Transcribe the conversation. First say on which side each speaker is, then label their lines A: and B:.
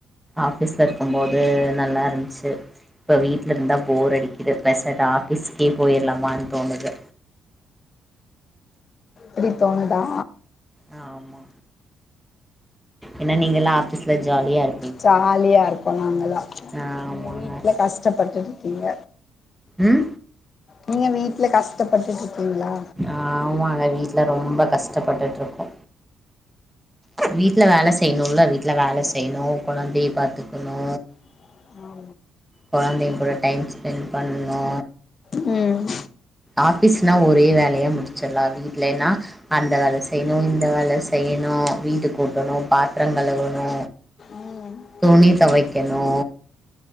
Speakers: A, in the centre; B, on the left.
A: ஆஃபீஸ்ல இருக்குபோது நல்லா இருந்துச்சு இப்ப வீட்ல இருந்தா போர் அடிக்குது பேசட் ஆஃபிஸ்க்கே போயிர்லாமானு தோணுது
B: இப்டி தோணுதா
A: அ ஆமா என்ன நீங்கல்லா ஆஃபீஸ்ல ஜாலியா இர்
B: ஜாலியா இருக்கோ நாங்களா
A: ஆமாங்க
B: நீங்க வீட்ல கஷ்டப்பட்டுட்டு இருக்கீங்க
A: உம்
B: நீங்க வீட்ல கஷ்டப்பட்டுட்டு இருக்கீங்களா
A: ஆமாங்க வீட்ல ரொம்ப கஷ்டப்பட்டுட்டுருக்கோ வீட்ல வேல செய்ணுல்ல வீட்ல வேல செய்ணு கொழந்தைய பாத்துக்குணு
B: <unintelligible>
A: கொழந்தைங்க கூட டைம் ஸ்பென்ட் பண்ணணு
B: ம்
A: ஆஃபிஸ்னா ஒரே வேலயா முடிச்சிர்லா வீட்லன்னா அந்த வேல செய்ணு இந்த வேல செய்ணு வீட்டு கூட்டணு பாத்ரோ கழுவணு
B: ம்
A: துணி தொவைக்கணு